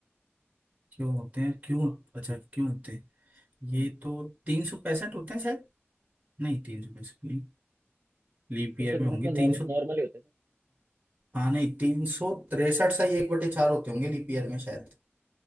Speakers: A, on the right; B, on the right.
A: क्यों होते हैं क्यों अच्छा क्यों होते हैं ये
B: हम्म
A: तो तीन सौ पैंसठ होते हैं शायद नहीं तीन सौ पैंसठ नहीं लीप
B: तीन
A: ईयर
B: सौ
A: में
B: पैंसठ
A: होंगे
B: तो
A: तीन सौ
B: नॉर्मली होते हैं सर।
A: हाँ नहीं तीन सौ तिरसठ सही एक बटे चार होते होंगे लीप ईयर में शायद